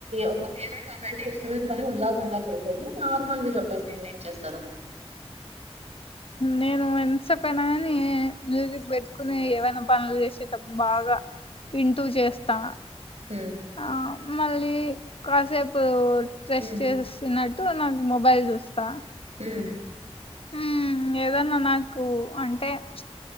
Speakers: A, on the right; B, on the left.
A: ఒక ఫేవరెట్ హాబీ అంటే ఇష్టమైన పని ఉల్లాసంగా చేసేది నార్మల్వి చెప్పేసేండి ఏం చేస్తారు
B: నేను ఎంత్సేపైన కాని మ్యూజిక్ పెట్టుకుని ఏవైనా పనులు చేసేటప్పుడు బాగా వింటూ చేస్తా
A: మ్మ్
B: ఆ మళ్ళీ కాసేపు ట్రెశ్
A: ఉమ్
B: చేస్తున్నట్ తో నాకు మొబైల్ చూస్తా
A: మ్మ్
B: మ్మ్ ఏదన్నా నాకు అంటే ప్చ్